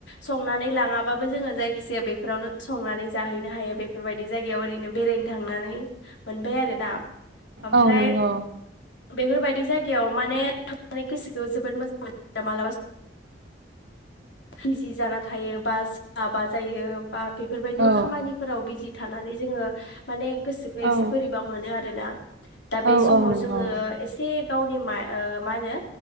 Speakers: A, on the left; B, on the right.
A: संनानै लाङाबाबो जोङो जायखिजाया बेफोरावनो संनानै जाहैनो हायो बेफोरबायदि जायगायाव ओरैनो बेरायनो थांनानै मोनबाय आरोना। ओमफ्राय
B: औ नंगौ
A: बेफोरबाय दि जायगायाव माने थांनानै गोसोखो जोबोद मोजां मोनो मालाबा बिजि जाना थायो बा सोलाबा जायो बा बे फोरबायदिनो
B: औ
A: खामानिफोराव बिजि थानानै जोङो माने गोसोखो एसे
B: औ
A: बोरैबा मोनोआरो ना? दा बे
B: औ
A: समाव
B: औ नंगौ
A: जोङो एसे गावनि माय ओ मा होनो